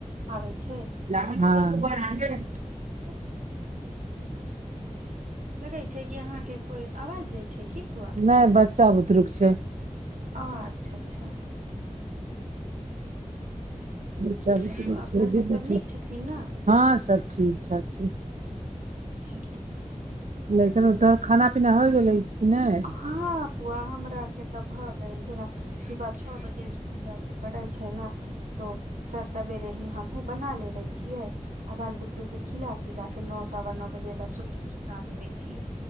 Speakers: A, on the right; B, on the right.
A: आबै छै
B: ह
A: तऽ लगे छै कि अहाँ के कोई आवाज दै छै की फुआ
B: नहि बच्चा बुतरुक छै
A: अच्छा अच्छा
B: बच्चा
A: चलू
B: बुतरु
A: आ
B: छै
A: घरमे सभ
B: बैठ
A: नीक छथिन ने
B: हँं सब ठीक ठाक छै
A: सेल त
B: लेकिन उ तोहर खाना पीना होइ गेलै कि नहि
A: हँ फुआ हमरा आर के ते भ गेल जेन सुबह छओ बजे इसकुल जायके पड़ै छै न तो सर सवेरे ही हमहु बना लेबे छियै आ बाल बुतरु के खिला पिला के नओ सवा नओ बजे लए सुता देवे छिय